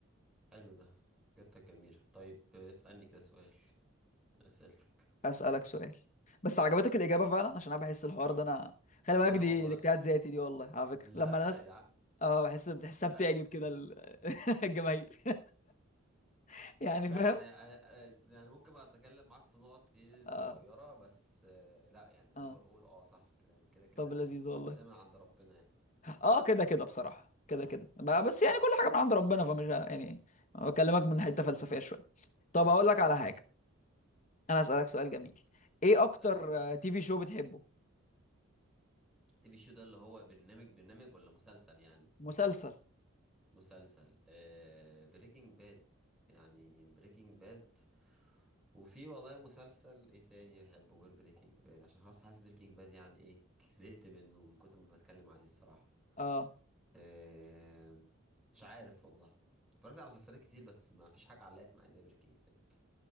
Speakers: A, in the centre; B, on the left (about 35°).
A: حلو ده إجابتك جميلة طيب آه، اسألني كده سؤال من أسئلتك
B: اسالك سؤال بس عجبتك الاجابه فعلا عشان انا بحس الحوار
A: آه.
B: ده انا خلي بالك
A: لا
B: دي
A: والله
B: دي اجتهاد ذاتي دي والله على فكره
A: لا
B: لما الناس
A: لا يا عم
B: اه بحس بحسها
A: لا
B: بتعجب كده ال- <laughs> الجماهير <laughs> يعني
A: لا
B: فاهم
A: يعني أ- أ- يعني ممكن اتكلم معاك في نقط ايه صغيرة
B: اه
A: بس آه، لا يعني اوفر
B: اه
A: اول اه صح كلامك كده كده
B: طب لذيذ
A: الحب
B: والله
A: ده من عند ربنا يعني
B: اه كده كده بصراحه كده
A: اه آه.
B: كده بقى- بس يعني كل حاجه من عند ربنا فمش ه- يعني بكلمك من حته فلسفيه شويه طب
A: ايوه
B: اقول لك
A: ايوه
B: على حاجه انا اسالك سؤال جميل ايه اكتر
A: اسألني يا باشا
B: تي في شو بتحبه
A: تي في شو ده اللي هو برنامج برنامج ولا مسلسل يعني
B: مسلسل
A: مسلسل آه بريكنج باد يعني بريكنج باد وفي والله مسلسل ايه تاني بحبه غير بريكنج باد عشان خلاص حاسس بريكنج باد يعني ايه زهقت منه من كتر ما بتكلم عليه الصراحة
B: اه
A: آه، مش عارف والله اتفرجت على مسلسلات كتير بس ما فيش حاجة علقت معايا زي بريكنج باد